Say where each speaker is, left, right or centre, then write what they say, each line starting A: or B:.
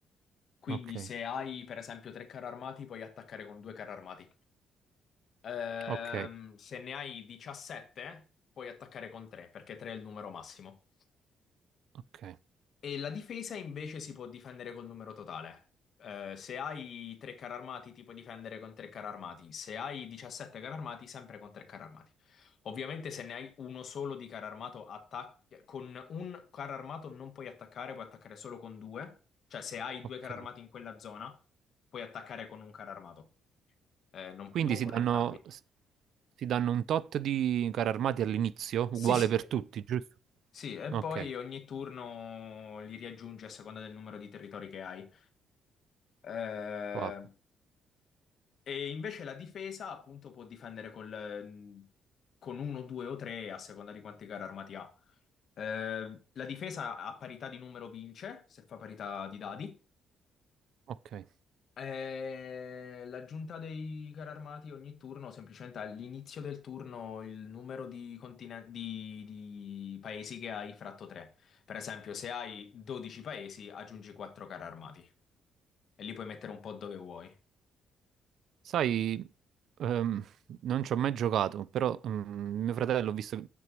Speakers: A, on the left; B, on the right.
A: Quindi
B: ok,
A: se hai per esempio tre carri armati, puoi attaccare con due carri armati. Ehm,
B: ok,
A: se ne hai 17, puoi attaccare con tre, perché tre è il numero massimo.
B: ok,
A: E la difesa invece si può difendere col numero totale. Eh, se hai 3 carri armati, ti puoi difendere con 3 carri armati. Se hai 17 carri armati, sempre con 3 carri armati. Ovviamente, se ne hai uno solo di carro armato, attac- con un carro armato non puoi attaccare, puoi attaccare solo con due. Cioè, se hai
B: ok.
A: due carri armati in quella zona, puoi attaccare con un carro armato, Eh, non,
B: Quindi
A: non
B: si
A: con
B: danno,
A: entrambi.
B: si danno un tot di carri armati all'inizio,
A: Sì,
B: uguale
A: sì,
B: per
A: sì.
B: tutti, giusto?
A: Sì, e
B: Ok,
A: poi ogni turno li riaggiungi a seconda del numero di territori che hai. Eh,
B: wow,
A: E invece la difesa, appunto, può difendere col- mm, con uno, due o tre a seconda di quanti carri armati ha. Eh, la difesa a parità di numero vince, se fa parità di dadi.
B: ok.
A: Eh, l'aggiunta dei carri armati ogni turno, semplicemente all'inizio del turno, il numero di, continen- di- di paesi che hai fratto 3. Per esempio, se hai 12 paesi, aggiungi 4 carri armati e li puoi mettere un po' dove vuoi.
B: Sai, ehm, non ci ho mai giocato, però mm, mio fratello ho visto